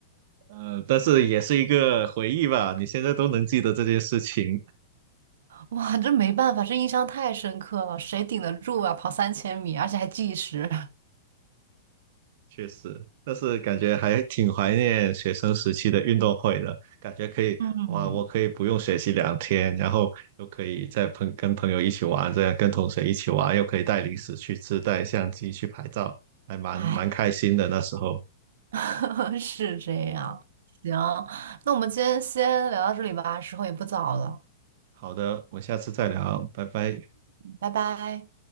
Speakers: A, on the right; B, on the right.
A: 呃，但是也是一个回忆吧，你现在都能记得这件事情，
B: 哇，这没办法，这印象太深刻了，谁顶得住啊？跑三千米，而且还计时。
A: 确实，但是感觉还挺怀念学生时期的运动会的，感觉可以，
B: 嗯，
A: 哇，我可以不用学习两天，然后又可以在朋跟朋友一起玩，这样跟同学一起玩，又可以带零食去吃，带相机去拍照，还蛮蛮开心的那时候。
B: 哎，<laughs> 是这样。行，那我们今天先聊到这里吧，时候也不早了，
A: 好的，我们下次再聊，拜拜。
B: 拜拜。